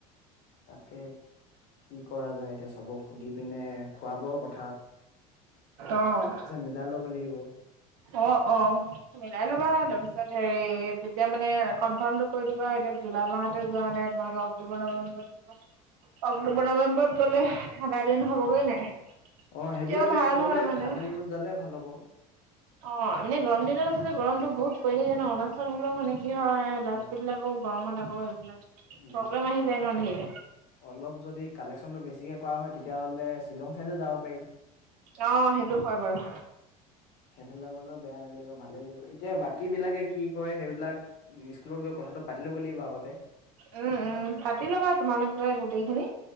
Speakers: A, on the left (about 60°); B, on the right (about 80°).
A: তাকে কি কৰা যায় এতিয়া চবক সুধি পিনে খোৱা বোৱাও ক
B: অ',
A: মিলাই ল'ব লাগিব
B: অ', অ' মিলাই লবা তাৰপিছত হেৰি তেতিয়া মানে কনফাৰ্মটো কৰি দিবা এতিয়া জুলাই মাহতে যোৱা নে তোমালোকে অক্টোবৰ নৱেম্বৰতে যোৱা। অক্টোবৰ
A: তাক
B: নৱেম্বৰত গ'লে থাইলেণ্ড হ'ব গৈ নাই?
A: অ'
B: তেতিয়াও
A: সেইবিলাক জেগাত
B: ভাল
A: গ'লে
B: হয় মানে।
A: ঠাণ্ডা দিনত যালে ভাল হ'ব।
B: অ' মানে গৰম দিনত আচলতে গৰমতো বহুত পৰি থাকে ন' অৰুণাচল হলেও মানে কি হয় ল'ৰা
A: অ
B: ছোৱালী বিলাকো গৰমত হয় এইবিলাক
A: উম
B: প্ৰব্লেম আহি যায় ন ধেৰ।
A: অলপ যদি কালেকচনটো বেছিকে কৰা হয় তে তিয়া হ'লে শ্বিলং চাইডো যাব পাৰি।
B: অ' সেইটো হয় বাৰু।
A: সেইফালে গ'লেও বেয়া নালাগিব ভালে লাগিব এতিয়া বাকী বিলাকে কি কয় হেইবিলাক উম স্কুলত গৈ কথাটো পাতি ল'ব লাগিব আগতে।
B: উম উম পাতি ল'বা তোমালোকে গোটেইখিনি।